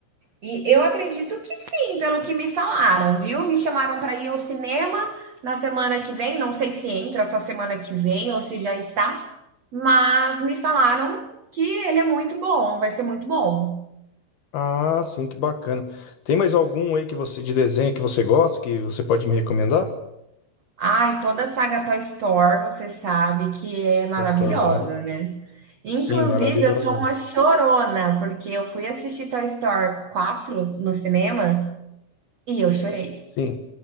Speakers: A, on the right; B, on the left.
A: E eu acredito que sim, pelo que me falaram, viu? Me chamaram pra ir ao cinema na semana que vem, não sei se entra só semana que vem ou se já está, mas me falaram que ele é muito bom, vai ser muito bom.
B: Ah, sim, que bacana. Tem mais algum aí que você de desenho que você gosta, que você pode me recomendar?
A: Ai, toda a saga Toy Story, você sabe que é maravilhosa,
B: Toy Story bom, né?
A: né? Inclusive,
B: Sim, maravilhoso
A: eu sou
B: mesmo.
A: uma chorona, porque eu fui assistir Toy Story quatro no cinema e eu chorei.
B: Sim.